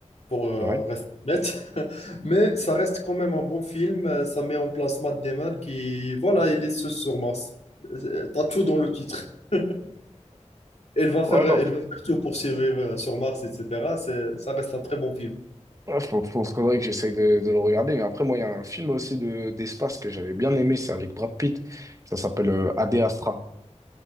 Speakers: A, on the left; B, on the right.
A: pour euh,
B: Ouais.
A: rester honnête, <laughs> mais ça reste quand même un bon film. euh, Ça met en place Matt Damon qui, voilà, il est seul sur Mars. Euh, T'as tout dans le titre. <laughs> Elle va faire,
B: Ouais, non.
A: elle
B: f-
A: va faire tout pour survivre euh, sur Mars, etc. C'est- Ça reste un très bon film.
B: ouais, faut- faut- faudrait que j'essaye de, de le regarder. Mais après, moi, il y a un film aussi de, d'espace que j'avais bien aimé, c'est avec Brad Pitt. Ça s'appelle euh, Ad Astra.